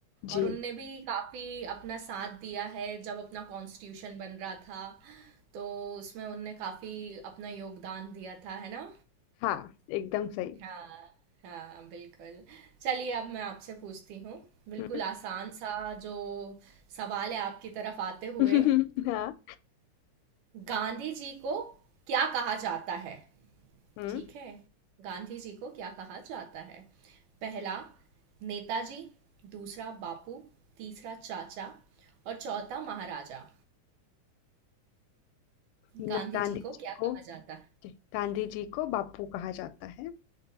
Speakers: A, on the left; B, on the right.
A: जी
B: और उनने भी काफ़ी अपना साथ दिया है जब अपना कॉन्स्टिट्यूशन बन रहा था तो उसमें उनने काफ़ी अपना योगदान दिया था है ना
A: हाँ एकदम सही
B: हाँ हाँ बिल्कुल चलिए अब मैं आपसे पूछती हूँ बिल्कुल
A: हम्म
B: आसान सा जो सवाल है आपकी तरफ आते
A: <laughs>
B: हुए
A: हाँ
B: गांधी जी को क्या कहा जाता है
A: हम्म
B: ठीक है गांधी जी को क्या कहा जाता है पहला नेताजी दूसरा बापू तीसरा चाचा और चौथा महाराजा
A: ना
B: गांधी
A: गांधी
B: जी को
A: जी
B: क्या
A: को
B: कहा जाता है
A: गांधी जी को बापू कहा जाता है